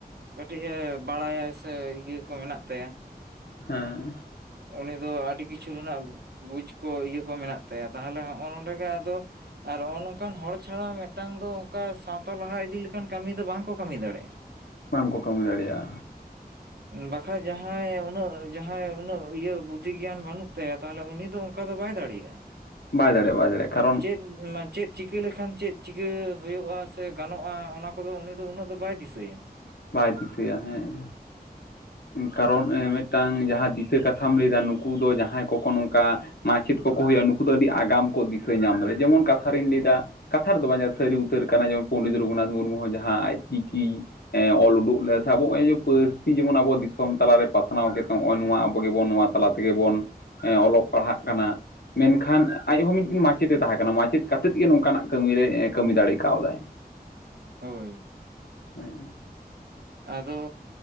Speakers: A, on the right (about 80°); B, on the left (about 80°).
A: ᱠᱟᱹᱴᱤᱡ ᱮ ᱵᱟᱲᱟᱭᱟ ᱥᱮ ᱤᱭᱟᱹ ᱠᱚ ᱢᱮᱱᱟᱜ ᱛᱟᱭᱟ
B: ᱦᱮᱸ
A: ᱩᱱᱤ ᱫᱚ ᱟᱹᱰᱤ ᱠᱤᱪᱷᱩ ᱨᱮᱱᱟᱜ ᱵᱩᱡᱽ ᱠᱚ ᱤᱭᱟᱹ ᱠᱚ ᱢᱮᱱᱟᱜ ᱛᱟᱭᱟ ᱛᱟᱦᱚᱞᱮ ᱦᱚᱸᱜ-ᱚᱭ ᱱᱚᱸᱰᱮ ᱜᱮ ᱟᱫᱚ ᱟᱨ ᱱᱚᱜᱚ ᱱᱚᱝᱠᱟᱱ ᱦᱚᱲ ᱪᱷᱟᱲᱟ ᱢᱤᱫᱴᱟᱝ ᱫᱚ ᱚᱱᱠᱟ ᱥᱟᱶᱛᱟ ᱞᱟᱦᱟ ᱤᱫᱤ ᱞᱮᱠᱟᱱ ᱠᱟᱹᱢᱤ ᱫᱚ ᱵᱟᱝ ᱠᱚ ᱠᱟᱹᱢᱤ ᱫᱟᱲᱮᱭᱟᱜ-ᱟ
B: ᱵᱟᱝᱠᱚ ᱠᱟᱹᱢᱤ ᱫᱟᱲᱮᱭᱟᱜ-ᱟ
A: ᱵᱟᱠᱷᱟᱡ ᱡᱟᱦᱟᱸᱭ ᱩᱱᱟᱹᱜ ᱡᱟᱦᱟᱸᱭ ᱩᱱᱟᱹᱜ ᱤᱭᱟᱹ ᱵᱩᱫᱽᱫᱷᱤ ᱜᱮᱭᱟᱱ ᱵᱟᱹᱱᱩᱜ ᱛᱟᱭᱟ ᱛᱟᱦᱚᱞᱮ ᱩᱱᱤ ᱫᱚ ᱚᱱᱠᱟ ᱫᱚ ᱵᱟᱭ ᱫᱟᱲᱮᱭᱟᱜ-ᱟ
B: ᱵᱟᱭ ᱫᱟᱲᱮᱭᱟᱜ-ᱟ ᱵᱟᱭ ᱫᱟᱲᱮᱭᱟᱜ-ᱟ ᱠᱟᱨᱚᱱ
A: ᱪᱮᱫ ᱪᱤᱠᱟᱹ ᱞᱮᱠᱷᱟᱱ ᱪᱮᱫ ᱪᱤᱠᱟᱹ ᱦᱩᱭᱩᱜᱼᱟ ᱥᱮ ᱜᱟᱱᱚᱜᱼᱟ ᱚᱱᱟ ᱠᱚᱫᱚ ᱩᱱᱤ ᱫᱚ ᱩᱱᱟᱹᱜ ᱫᱚ ᱵᱟᱭ ᱫᱤᱥᱟᱹᱭᱟ
B: ᱵᱟᱭ ᱫᱤᱥᱟᱹᱭᱟ ᱦᱮᱸ ᱠᱟᱨᱚᱱ ᱢᱤᱫᱴᱟᱝ ᱡᱟᱦᱟᱸ ᱫᱤᱥᱤᱟᱹ ᱠᱟᱛᱷᱟᱢ ᱞᱟᱹᱭᱟ ᱱᱩᱠᱩ ᱫᱚ ᱡᱟᱦᱟᱸᱭ ᱠᱚ ᱠᱚ ᱱᱚᱝᱠᱟ ᱢᱟᱪᱮᱫ ᱠᱚ ᱠᱚ ᱦᱩᱭᱩᱜᱼᱟ ᱱᱩᱠᱩ ᱫᱚ ᱟᱹᱰᱤ ᱟᱜᱟᱢ ᱠᱚ ᱫᱤᱥᱟᱹ ᱧᱟᱢ ᱫᱟᱲᱮᱭᱟᱜᱼᱟ ᱡᱮᱢᱚᱱ ᱠᱟᱛᱷᱟ ᱨᱤᱧ ᱞᱟᱹᱭᱫᱟ ᱠᱟᱛᱷᱟ ᱨᱮᱫᱚ ᱵᱟᱝ ᱡᱟᱦᱟ ᱥᱟᱹᱨᱤ ᱩᱛᱟᱹᱨ ᱠᱟᱱᱟ ᱡᱮᱢᱚᱱ ᱯᱚᱱᱰᱤᱛ ᱨᱚᱜᱷᱩᱱᱟᱛᱷ ᱢᱩᱨᱢᱩ ᱦᱚᱸ ᱡᱟᱦᱟᱸ ᱟᱡ ᱪᱤᱠᱤ ᱚᱞ ᱩᱰᱩᱠ ᱞᱮᱫ ᱥᱮ ᱟᱵᱚ ᱱᱚᱜᱼᱚᱭ ᱡᱮ ᱯᱟᱹᱨᱥᱤ ᱡᱮᱢᱚᱱ ᱟᱵᱚ ᱫᱤᱥᱚᱢ ᱛᱟᱞᱟ ᱨᱮ ᱯᱟᱥᱱᱟᱣ ᱠᱮᱫ ᱱᱚᱜᱼᱚᱭ ᱱᱚᱣᱟ ᱟᱵᱚ ᱜᱮᱵᱚᱱ ᱱᱚᱣᱟ ᱛᱟᱞᱟ ᱛᱮᱜᱮ ᱵᱚᱱ ᱚᱞᱚᱜ ᱯᱟᱲᱦᱟᱜ ᱠᱟᱱᱟ ᱢᱮᱱᱠᱷᱟᱱ ᱟᱡ ᱦᱚᱸ ᱢᱤᱫᱴᱮᱱ ᱢᱟᱪᱮᱫ ᱮ ᱛᱟᱦᱮᱸ ᱠᱟᱱᱟ ᱢᱟᱪᱮᱫ ᱠᱟᱛᱮᱫ ᱜᱮ ᱱᱚᱝᱠᱟᱱᱟᱜ ᱠᱟᱹᱢᱤ ᱨᱮ ᱠᱟᱹᱢᱤ ᱫᱟᱲᱮ ᱠᱟᱣᱫᱟᱭ
A: ᱦᱳᱭ
B: <unintelligible>
A: ᱟᱫᱚ